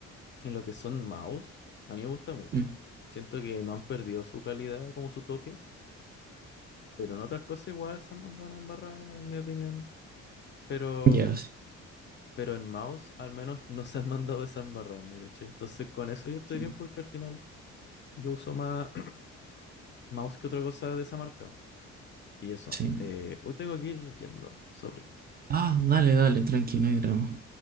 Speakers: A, on the left (about 40°); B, on the right (about 30°).
A: en lo que son mouse, a mí me gusta mucho.
B: Mm,
A: Siento que no han perdido su calidad como su toque Pero en otras cosas igual se han mandado una embarrada, en mi opinión. Pero,
B: Ya, sí,
A: pero en mouse al menos <laughs> no se han mandado esa embarrada, ¿me caché? Entonces con eso yo estoy
B: sí,
A: bien porque al final yo uso más <clears throat> mouse que otra cosa de esa marca. Y eso,
B: sí.
A: eh, hoy tengo que ir yendo, sorry.
B: Ah, dale, dale, tranqui, no hay drama.